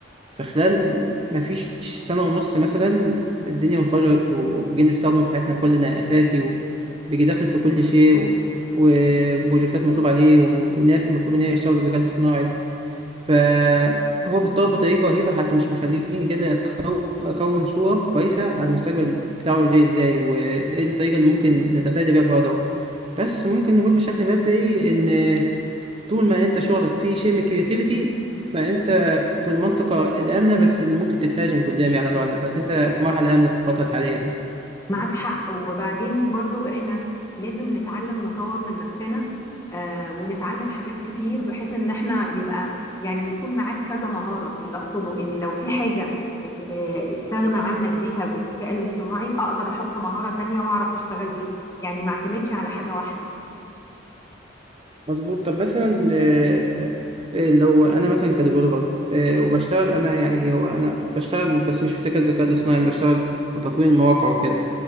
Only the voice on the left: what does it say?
معاك حق وبعدين برضو احنا لازم نتعلم نطور من نفسنا آه ونتعلم حاجات كتير بحيث ان احنا يبقى يعني يكون معاك كذا مهارة اللي اقصده ان لو في حاجة الز- آه، استغنى عنك بيها بالذكاء الاصطناعي اقدر احط مهارة تانية واعرف اشتغل بيها يعني ما اعتمدش على حاجة واحدة